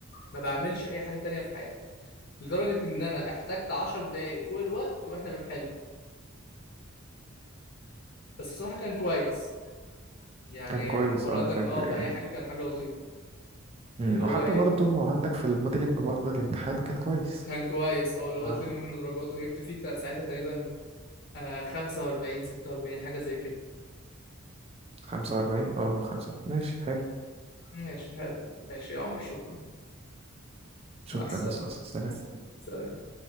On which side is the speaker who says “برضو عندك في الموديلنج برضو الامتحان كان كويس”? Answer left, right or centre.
Right